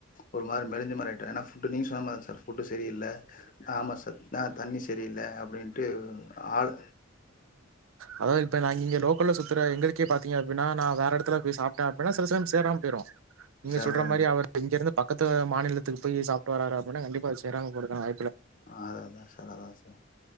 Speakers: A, on the left; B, on the right.
A: ஒரு மாதிரி மெலிஞ்சமா ஆயிட்டு ஏனா ஃபுட்டு நீங்க சொன்ன மாரி தா சார் புட்டு செரியில்ல ஆமா சார் ஆ தண்ணி செரியில்லை அப்டின்ட்டு ஆள்
B: அதான் இப்ப நாங்க இங்க லோக்கல்ல சுத்துற எங்களுக்கு பாத்தீங்கன நா நான் வேற இடத்துல போய் சாப்ட்டேன் அப்டின சில டைம் சேராம போயிடும் நீங்க
A: சார்
B: சொல்ற
A: அதா
B: மாதிரி இங்கிருந்து பக்கத்துல மாநிலத்தில எடதுக்கு போய் சாப்ட்டு வராரு அப்டினா கண்டிப்பா தெரியாம போட்டுட்டான்னா
A: அதான் சார் அதான் சார்